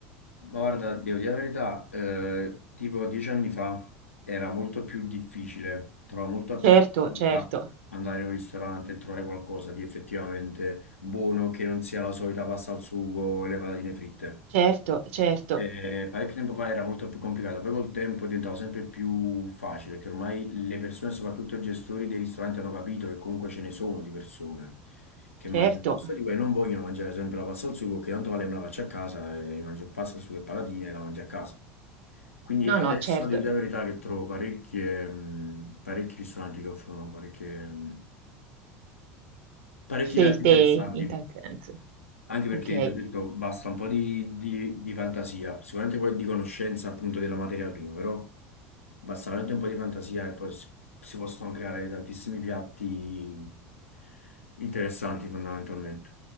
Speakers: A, on the left (about 85°); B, on the right (about 65°).
A: ma guarda, devo dire la verità, eh, tipo dieci anni fa era molto più difficile, trovavo molta
B: certo,
A: più difficoltà
B: certo.
A: andare in un ristorante e trovare qualcosa di effettivamente buono che non sia la solita pasta al sugo o le patatine fritte.
B: Certo, certo,
A: Eh, parecchio tempo fa era molto più complicato, poi col tempo diventava sempre più facile, che ormai le persone, soprattutto i gestori dei ristoranti, hanno capito che comunque ce ne sono di persone che
B: certo.
A: mangiano questo tipo e non vogliono mangiare sempre la pasta al sugo, che tanto vale me la faccio a casa e mangio pasta al sugo e patatine e la mangio a casa. Quindi
B: No,
A: adesso
B: no, certo.
A: devo dire la verità che trovo parecchie, mh, parecchi ristoranti che offrono parecchie, mh, parecchi
B: Scelte
A: piatti interessanti.
B: in tal senso.
A: Anche perché
B: Ok.
A: ti ho detto basta un po' di, di- di fantasia, sicuramente poi di conoscenza appunto della materia prima, però. Basta veramente un po' di fantasia e poi si, si possono creare tantissimi piatti interessanti fondamentalmente.